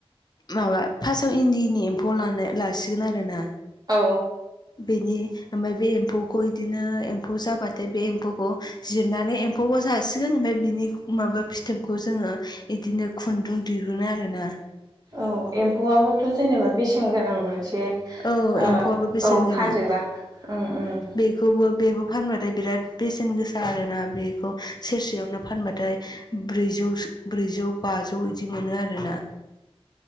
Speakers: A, on the left; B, on the right.
A: माबा फास्टआव इन्दिनि एम्फौ लानाय लासिगोन आरोना।
B: औ।
A: बेनि ओमफाय बे एम्फौखौ इदिनो एम्फौ जाबाथाय बे एम्फौखौ जिरनानै एम्फौ जासिगोन बिनि माबा फिथोबखौ जोङो इदिनो खुन्दुं दि हुनो आरोना।
B: औ एम्फौआबोथ' जेनेबा बेसेन गोनां मोनसे
A: औ
B: ओ
A: एम्फौआबो बेसेन
B: औ
A: गोनां
B: फानजाग्रा उम उम।
A: बेखौबो बेबो फानबाथाय बिराद बेसेन गोसा आरोना बेखौ सेरसेयावनो फानबाथाय ब्रैजौ ब्रैजौ बाजौ बिदि मोनो आरोना।